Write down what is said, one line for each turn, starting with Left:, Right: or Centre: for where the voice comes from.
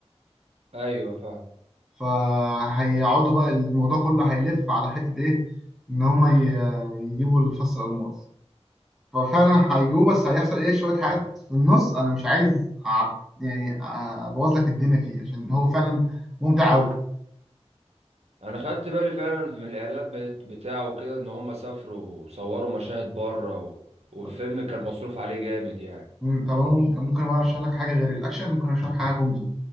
Right: ايوه فاهم
Centre: فهيقعدوا بقى الموضوع كله هيلف على حتة إيه إن هما ي- يجيبوا الفص الألماس ففعلا هيجيبوه بس هيحصل إيه شوية حاجات في النص أنا مش عايز أعب يعني أبوظ لك الدنيا فيه عشان هو فعلا ممتع أوي
Right: انا خدت بالي فعلا في- من الاعلان بت- بتاعه كده ان هم سافروا وصوروا مشاهد بره و... والفيلم
Centre: طب
Right: كان مصروف عليه جامد يعني
Centre: طب أنا ممكن ممكن بقى أرشح لك حاجة غير الأكشن ممكن أرشح لك حاجة كوميدي